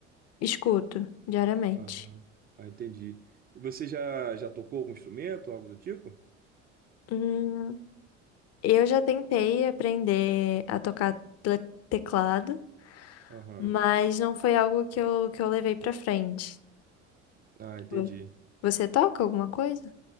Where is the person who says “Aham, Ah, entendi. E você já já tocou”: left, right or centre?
Right